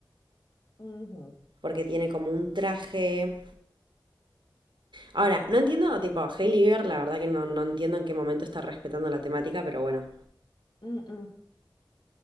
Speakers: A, on the left (about 60°); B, on the right (about 70°).
A: ujú,
B: Porque tiene como un traje. Ahora, no entiendo, tipo, Hailey Bieber, la verdad que no, no entiendo en qué momento está respetando la temática, pero bueno.
A: mm, mm.